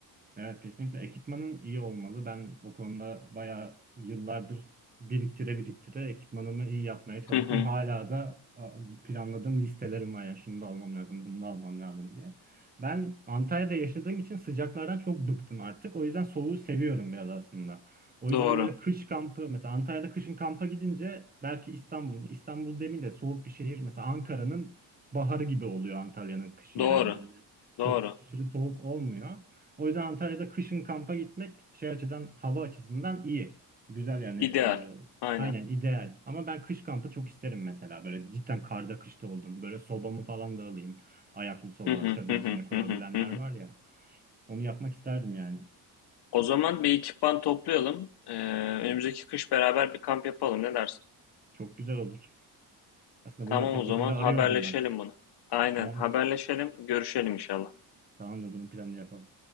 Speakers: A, on the right; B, on the left.
A: Evet kesinlikle ekipmanın iyi olmalı. Ben o konuda bayağı yıllardır biriktire biriktire ekipmanımı iyi yapmaya çalıştım.
B: Hı hı.
A: Hala da a, planladığım listelerim var yani şunu da almam lazım, bunu da almam lazım diye. Ben Antalya'da yaşadığım için sıcaklardan çok bıktım artık. O yüzden soğuğu seviyorum biraz aslında. O yüzden
B: Doğru.
A: böyle kış kampı mesela Antalya'da kışın kampa gidince belki İstanbul'un İstanbul demeyeyim de soğuk bir şehir mesela Ankara'nın baharı gibi oluyor Antalya'nın kışı
B: Doğru.
A: yani böyle çok
B: Doğru.
A: aşırı soğuk olmuyor. O yüzden Antalya'da kışın kampa gitmek şey açıdan hava açısından iyi. Güzel yani
B: İdeal.
A: e,
B: Aynen.
A: aynen ideal. Ama ben kış kampı çok isterim mesela. Böyle cidden karda kışta oldum. Böyle sobamı falan da alayım. Ayaklı soba,
B: Hı hı
A: çadır
B: hı
A: içine
B: hı
A: kurabilenler
B: hı hı hı.
A: var ya. Onu yapmak isterdim yani.
B: O zaman bir ekipman toplayalım. E, önümüzdeki kış beraber bir kamp yapalım. Ne dersin?
A: Çok güzel olur. Aslında
B: Tamam
A: bunu yapacak
B: o zaman
A: birini de arıyordum
B: haberleşelim
A: ben.
B: bunu. Aynen
A: Tamamdır.
B: haberleşelim, görüşelim inşallah.
A: Tamamdır bunun planını yapalım.